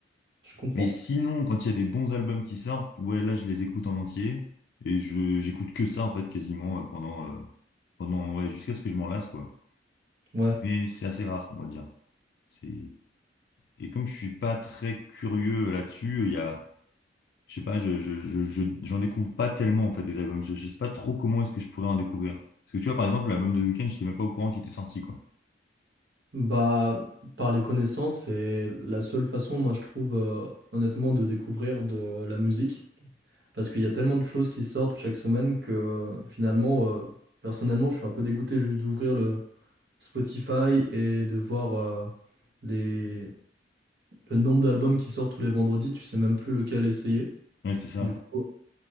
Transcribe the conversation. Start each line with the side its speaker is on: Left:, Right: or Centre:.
Right: Je comprends.
Left: Mais sinon, quand il y a des bons albums qui sortent, ouais, là, je les écoute en entier et je j'écoute que ça en fait quasiment euh, pendant euh, pendant ouais, jusqu'à ce que je m'en lasse quoi.
Right: Ouais.
Left: Mais c'est assez rare, on va dire. C'est et comme je suis pas très curieux là-dessus, il y a je sais pas, je je je je- j'en découvre pas tellement en fait des albums. Je, je sais pas trop comment est-ce que je pourrais en découvrir. Parce que tu vois, par exemple, l'album de Weeknd, j'étais même pas au courant qu'il était sorti quoi.
Right: Bah, par les connaissances, c'est la seule façon, moi, je trouve, euh, honnêtement, de découvrir de la musique. Parce qu'il y a tellement de choses qui sortent chaque semaine que euh, finalement, euh, personnellement, je suis un peu dégoûté juste d'ouvrir le Spotify et de voir euh, les... le nombre d'albums qui sortent tous les vendredis. Tu sais même plus lequel essayer.
Left: Ouais, c'est ça.
Right: Du coup,